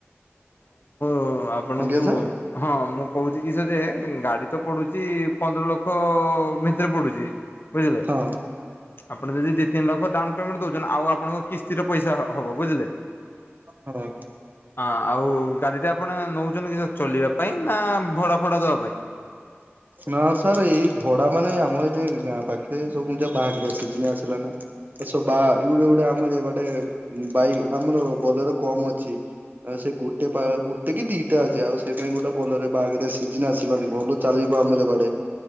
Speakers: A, on the left; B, on the right.
A: ଓ ଆପଣଙ୍କୁ
B: ଆଜ୍ଞା ସାର୍
A: ହଁ ମୁଁ କହୁଛି କି ସେ ଯେ ଗାଡି ତ ପଡୁଛି ପନ୍ଦର ଲକ୍ଷ ଭିତରେ ପଡୁଛି ବୁଝିଲେ।
B: ହଁ।
A: ଆପଣ ଯଦି ଦି ତିନି ଲକ୍ଷ ଡାଉନ ପେମେଣ୍ଟ ଦଉଛନ୍ତି ଆଉ ଆପଣଙ୍କୁ କିସ୍ତିର ପଇସା ହ ହବ ବୁଝିଲେ
B: ହଁ
A: ଆ ଆଉ ଗା ଯଦି ଆପଣ ନେଉଛନ୍ତି କି ସେ ଚଲିବା ପାଇଁ ନା ଭଡ଼ା ଫଡ଼ା ଦେବା ପାଇଁ?
B: ନା ସାର୍ ଏଇ ଭଡା ମାନେ ଆମର ଆମ ଏଇ ଗାଁ ପାଖରେ ସବୁ ଯ ବାହାଘରିଆ ଶିଯିନ ଆସିଲା ନା। ଏସବୁ ବା ଏ ଗୋଟେ ଗୋଟେ ଆମର ବାଟେ ବାଇ ଆମର ବୋଲେର କମ ଅଛି। ଆଉ ସେ ଗୋଟେ ପା ଗୋଟେ କି ଦିଟା ଅଛି ଆଉ ସେଇଥିପାଇଁ ଗୋଟେ ବୋଲେରୋରେ ବାହାଘରିଆ ସିଝିନ ଆସିଲାନି ଭଲ ଚାଲିବ ଆମର ଏ ବାଡେ